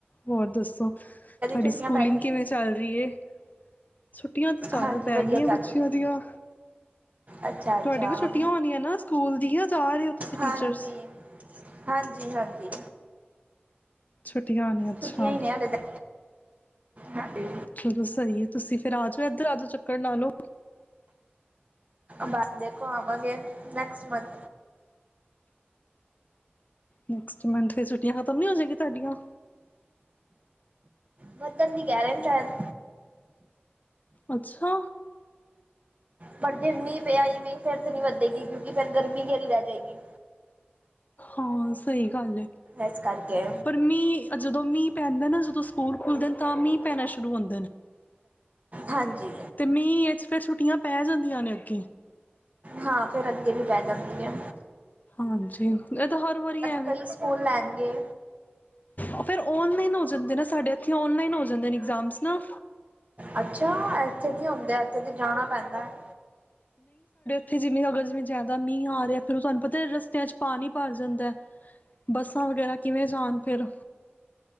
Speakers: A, on the left; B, on the right.
A: ਹੋਰ ਦੱਸੋ ਤੁਹਾਡੀ
B: ਛੁੱਟੀਆਂ
A: ਸਕੂਲਿੰਗ
B: ਪੈ ਗਈ
A: ਕਿਵੇਂ ਚੱਲ ਰਹੀ ਹੈ? ਛੁੱਟੀਆਂ ਤਾਂ ਚੱਲ
B: ਹਾਂਜੀ
A: ਪੈ
B: ਵਧੀਆ
A: ਗਈਆਂ ਬੱਚਿਆਂ
B: ਚੱਲ ਰਹੀ ਹੈ
A: ਦੀਆਂ
B: ਅੱਛਾ ਅੱਛਾ
A: ਤੁਹਾਡੀ ਵੀ ਛੁੱਟੀਆਂ ਹੋਣੀਆਂ ਨਾ ਸਕੂਲ ਦੀ ਆ ਜਾ ਰਹੇ ਹੋ ਤੁਸੀਂ ਟੀਚਰਸ
B: ਹਾਂਜੀ ਹਾਂਜੀ ਹਾਂਜੀ
A: ਛੁੱਟ ਵਧਿਆ ਹੋਗੀਆ ਅੱਛਾ,
B: ਛੁੱਟੀਆਂ ਹੀ ਨੇ ਹਾਲੇ ਤਾਂ ਹਾਂਜੀ
A: ਚਲੋ ਸਹੀ ਹੈ ਤੁਸੀਂ ਫਿਰ ਆਜ ਏਧਰ ਆਜੋ, ਚੱਕਣ ਲਾਲੋਂ।
B: ਬਸ ਦੇਖੋ ਆਵਾਂਗੇ ਨੈਕਸਟ ਮੰਥ
A: ਨੈਕਸਟ ਮੰਥ ਤੇ ਛੁੱਟੀਆਂ ਖਤਮ ਨੀ ਹੋ ਜਾਏਗੀ ਤੁਹਾਡੀਆਂ।
B: ਵਰਤਣ ਦੀ ਕਹਿ ਰਹੇ ਨੇ, ਸ਼ਾਇਦ।
A: ਅੱਛਾ
B: ਪਰ ਜੇ ਮੀ ਪਿਆਈ ਮ ਫਿਰ ਤੇ ਨਹੀਂ ਵੱਧੇਗੀ, ਕਿਉਂਕਿ ਫੇਰ ਗਰਮੀ ਕੇਹੜੀ ਰਹਿ ਜਾਏਗੀ।
A: ਹਾਂ ਸਹੀ ਗੱਲ ਐ,
B: ਇਸ ਕਰਕੇ
A: ਪਰ ਮੀਂਹ ਜਦੋਂ ਮੀਂਹ ਪੈਂਦਾ ਨਾ ਸੁੱਕਾ ਸਕੂਲ ਖੁੱਲਦੇ ਨ, ਤਾਂ ਮੀਂਹ ਪੈਣਾ ਸ਼ੁਰੂ ਸ਼ੁਰੂ ਹੁੰਦੇ ਨੇ
B: ਹਾਂਜੀ
A: ਤੇ ਮੀਂਹ ਇਚ ਫੇਰ ਛੁੱਟਿਆਂ ਪੈ ਜਾਂਦੀਆਂ ਨੇ ਅੱਗੇ।
B: ਹਾਂ ਫਿਰ ਅੱਗੇ ਵੀ ਪੈ ਜਾਂਦੀ ਐ।
A: ਹਾਂਜੀ, ਇਹ ਤਾਂ ਹਰ ਵਾਰੀ ਐ ਵੀ,
B: ਕਈ ਸਕੂਲ ਲੈਣਗੇ
A: ਔ ਫਿਰ ਔਨਲਾਈਨ ਹੋ ਜਾਂਦੇ ਨਾ ਸਾਡੇ ਇਥੇ ਔਨਲਾਈਨ ਹੋ ਦੇਂਦੇ ਐਗਜ਼ਾਮਸ ਨਾ।
B: ਅੱਛਾ ਐਥੇ ਨੀ ਹੁੰਦੇ ਐ। ਕਦੇ ਜਾਣਾ ਪੈਂਦਾ ਹੈ।
A: ਥੇ ਜਿੰਨੀ ਹੋ ਜਾਏ, ਜਿਵੇਂ ਜ਼ਿਆਦਾ ਮੀਂਹ ਆ ਰਿਹਾ ਫਿਰ ਔ ਤੁਹਾਨੂੰ ਪਤਾ, ਰਸਤਿਆਂ ਚ ਪਾਣੀ ਭਰ ਜਾਂਦਾ ਐ, ਬੱਸਾਂ ਵਗੈਰਾ ਕਿਵੇਂ ਜਾਣ ਫਿਰ।